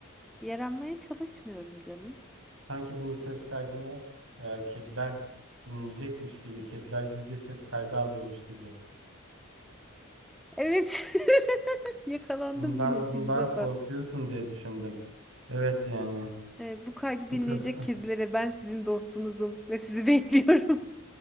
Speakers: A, in the centre; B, on the right.
A: Yaranmaya çalışmıyorum canım.
B: sanki bu ses kaydını e, kediler dinleyecekmiş gibi, kediler gizlice ses kaydı alıyormuş gibi.
A: Evet. <laughs> Yakalandım
B: Bundan
A: yine ikinci
B: bundan
A: defa.
B: korkuyorsun diye düşündüm. Evet yani
A: Ee, bu kaydı
B: bu
A: dinleyecek
B: kadar.
A: kedilere ben sizin dostunuzum ve sizi <laughs> bekliyorum.